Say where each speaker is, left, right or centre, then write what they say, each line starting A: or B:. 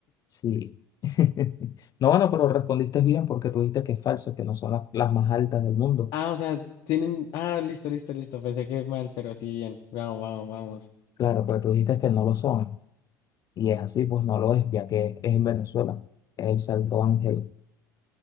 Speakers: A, on the left; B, on the left.
A: sí. <laughs> No, bueno, pero respondiste bien porque tú dijiste que es falso, que no son las, las más altas del mundo.
B: Ah, o sea, tienen, ah, listo, listo, listo, pensé que mal, pero sí, bien. Vamos, vamos, vamos.
A: Claro, pero tú dijiste que no lo son. Y es así, pues no lo es, ya que es en Venezuela. Es el Salto Ángel.